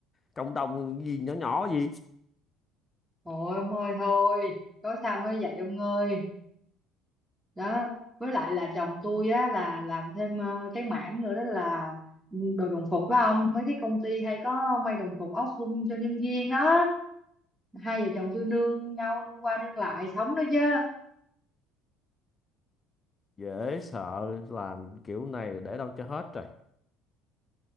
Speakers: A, on the left; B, in the centre.
A: cộng đồng gì nhỏ nhỏ gì
B: ôi ông ơi thôi, có sao nói vậy ông ơi. đó với lại là chồng tôi á là làm thêm ờ, cái mảng nữa đó là ừ, đồ đồng phục đó ông mấy cái công ty hay có may đồng phục áo thun cho nhân viên đó hai vợ chồng tôi nương nhau nương qua nương lại sống đó chứ
A: dễ sợ làm kiểu này để đâu cho hết rồi